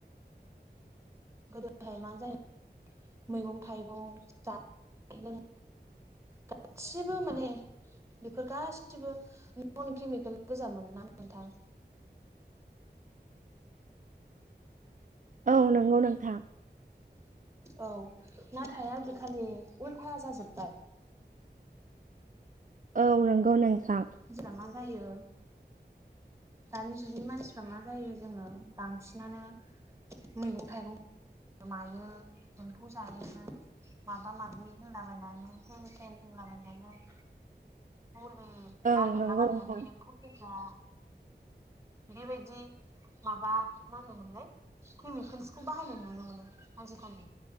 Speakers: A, on the right (about 15°); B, on the right (about 50°).
A: गोदोहाय मा जायो मैगं थाइगं जानाय लों गासिबो माने बेफोर गासिबो नन केमिकेल गोजामोन ना नोंथां
B: औ नंगौ नोंथां
A: औ नाथाय आजिखालि उल्थ जाजोबबाय
B: औ नंगौ नोंथां
A: <unintelligible> मा जायो दानि जुगनि मानसिफ्रा मा जायो जोङो बांसिनानो मैगं थाइगं गोमायो एम्फौ जायो माबा माबि होनलाबायनानै हेन थेन बुंलाबायनायमोन मुलि
B: औ
A: नागिरलाबायनानै
B: नंगौ नोंथां
A: एम्फौ थैग्रा बेबायदि माबा मा होनोमोनलाय केमिकेल्सखौ बाहायनाय नुनो मोनो आजिखालि